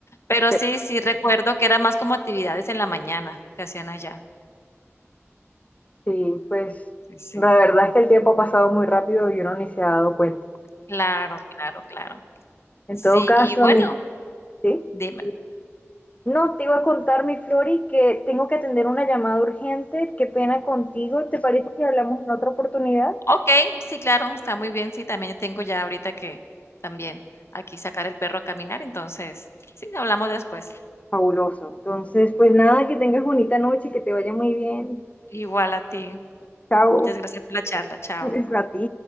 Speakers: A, on the left (about 60°); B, on the left (about 30°).
A: Pero
B: pe-
A: sí, sí recuerdo que era más como actividades en la mañana que hacían allá.
B: sí, pues
A: Sí, sí.
B: la verdad es que el tiempo ha pasado muy rápido y uno ni se ha dado cuenta.
A: Claro, claro, claro.
B: En
A: Sí,
B: todo caso,
A: y bueno,
B: mi... ¿sí?
A: dime.
B: No, te iba a contar, mi Flori, que tengo que atender una llamada urgente. Qué pena contigo. ¿Te parece que hablamos en otra oportunidad?
A: Okey, sí, claro, está muy bien. Sí, también yo tengo ya ahorita que también aquí sacar el perro a caminar, entonces, sí, hablamos después.
B: Fabuloso. Entonces, pues nada, que tengas bonita noche, que te vaya muy bien.
A: Igual a ti.
B: Chao.
A: Muchas gracias por la charla. Chao.
B: <laughs> A ti.